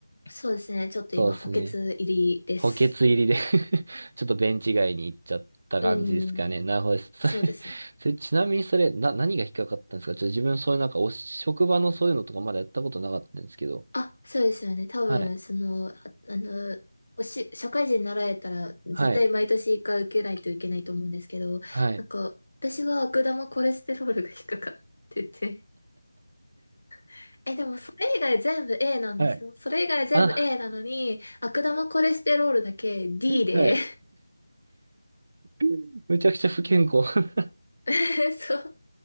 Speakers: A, on the left; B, on the right.
A: そうですね、ちょっと今補欠入りです。
B: そうですね。補欠入りで <laughs> ちょっとベンチ外に行っちゃった感じですかね。
A: うん、
B: なるほどです。それ、
A: そうですね。
B: <laughs> それちなみにそれ、な、何が引っかかったんですかちょっと自分そういうなんか、お、職場のそういうのとかまだやったことなかったんですけど。
A: あ、そうですよね。多分、
B: はい。
A: その、あ、あの、おし、社会人になられたら、絶対毎年一回受けないといけないと思うんですけど、
B: はい。はい。
A: なんか、私は悪玉コレステロールが引っかかってて、<laughs> え、でもそれ以外全部 A なんですよ。
B: はい。
A: それ以外全部
B: あ、
A: A なのに、悪玉コレステロールだけ D
B: はい。
A: で、
B: <laughs> めちゃくちゃ不健康。<laughs>
A: <laughs> そう、